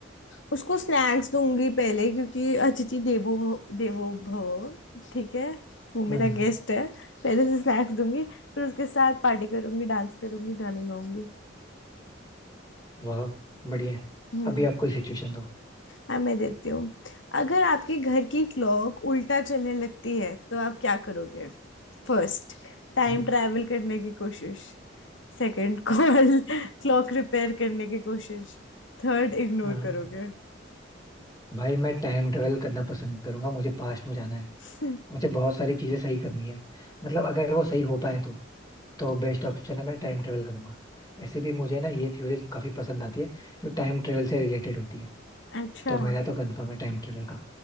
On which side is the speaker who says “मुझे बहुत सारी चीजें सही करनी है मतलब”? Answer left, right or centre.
Left